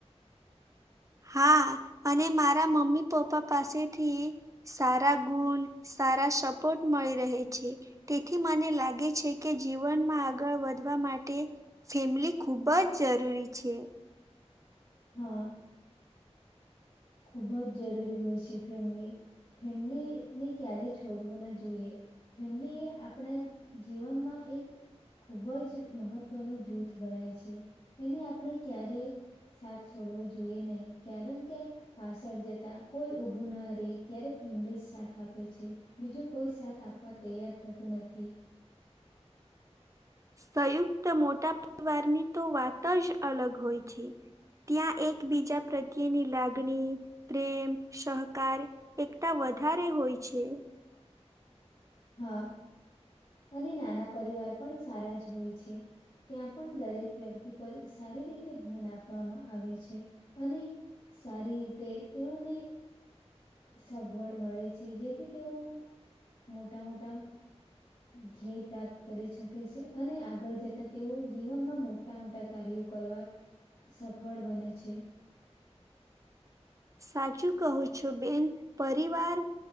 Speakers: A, on the right (about 30°); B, on the left (about 55°).
A: હા અને મારા મમ્મી પપ્પા પાસેથી સારા ગુણ સારા સપોર્ટ મળી રહે
B: તે
A: છે
B: રહે
A: તેથી
B: છે.
A: મને
B: તેથી
A: લાગે છે
B: મને
A: કે જીવનમાં
B: લાગે છે કે જેને
A: આગળ વધવા માટે ફેમિલી ખૂબ જ જરૂરી છે
B: હા ખૂબ જ જરૂરી હોય છે ફેમલી ફેમિલીને ક્યારેય છોડવું ના જોઈએ ફેમિલી એ આપણા જીવનમાં એક ખૂબ જ મહત્વનું જૂથ ગણાય છે એને આપણે ક્યારે સાથ છોડવો જોઈએ નહીં કારણ કે પાછળ જતા કોઈ ઉભું ન રહી ત્યારે ફેમિલી સાથ આપે છે બીજું કોઈ સાથ આપવા તૈયાર થતું નથી
A: સંયુક્ત મોટા પરિવારની તો વાત જ અલગ હોય છે ત્યાં એકબીજા પ્રત્યેની લાગણી પ્રેમ સહકાર એકતા વધારે હોય છે
B: હા અને નાના પરિવાર પણ સારા જ હોય છે ત્યાં પણ દરેક વ્યક્તિ પર સારી રીતે ધ્યાન આપવામાં આવે છે અને સારી રીતે તેઓને સગવડ મળે છે જેથી તેઓ મોટા મોટા ધ્યેય પ્રાપ્ત કરી શકે છે અને આગળ જતા તેઓ જીવનમાં મોટા મોટા કાર્યો કરવા સફળ બને છે
A: સાચું કહું છુ બેન, પરિવાર